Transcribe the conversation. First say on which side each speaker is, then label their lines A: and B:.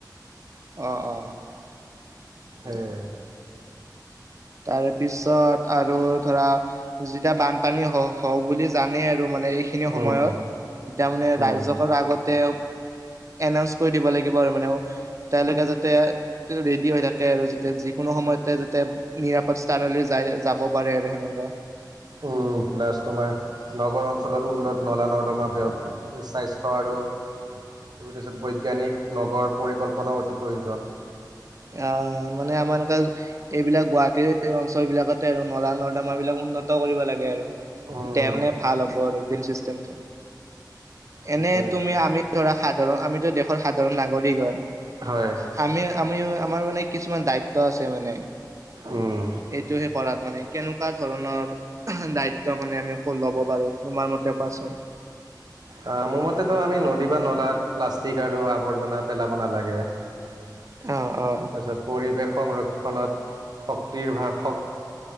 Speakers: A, on the right; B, on the right.
A: অ', অ'।
B: সেয়ে
A: তাৰ পিছত আৰু ধৰা যেতিয়া বানপানী হ হওঁ বুলি জানেই আৰু। মানে এইখিনি সময়ত
B: উম,
A: তেতিয়া মানে
B: উম,
A: ৰাইজ সকল আগতে এনাউন্স কৰি দিব লাগিব আৰু মানে অ তেওঁলোকে যাতে ৰেডি হৈ থাকে আৰু যাতে যিকোনো সময়তে যাতে নিৰাপদ স্থানলৈ যায় যাব পাৰে আৰু সেনেকুৱা।
B: উম প্লাছ তোমাৰ নগৰ অঞ্চলত উন্নত নলা নৰ্দমা ব্যৱ স্বাস্থ্য আৰু তাৰ পিছত বৈজ্ঞানিক নগৰ পৰিকল্পনাও অতি প্ৰয়োজন।
A: অঁ মানে আমাৰ তাতে এইবিলাক গুৱাহাটীৰ অঞ্চল বিলাকতে আৰু নলা নৰ্দমা বিলাক উন্নত কৰিব লাগে আৰু
B: উম,
A: তেতিয়া মানে ভাল হ'ব আৰু ড্ৰেইন চিষ্টেমটো
B: সেইটোৱে
A: এনে তুমি আমি ধৰা সাধাৰণ আমি দেশৰ সাধাৰণ নাগৰিক হয়
B: হয়
A: আমি আমি আমাৰ মানে কিছুমান দায়িত্ব আছে মানে
B: উম,
A: এইটোহে কৰাত মানে কেনেকুৱা ধৰণৰ দায়িত্ব মানে আমি আকৌ ল'ব পাৰোঁ তোমাৰ মতে কোৱাচোন
B: অ' মোৰ মতেতো আমি নদী বা নলাত প্লাষ্টিক আৰু আৱৰ্জনা পেলাব নালাগে। তাৰপিছত
A: অ অ
B: পৰিৱেশ সংৰক্ষণত শক্তিৰ ভা শক